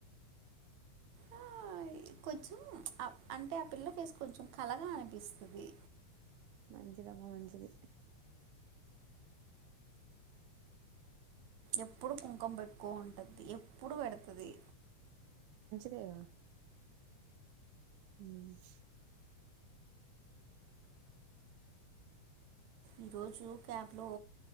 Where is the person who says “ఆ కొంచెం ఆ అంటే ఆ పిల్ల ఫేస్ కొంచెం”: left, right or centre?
Right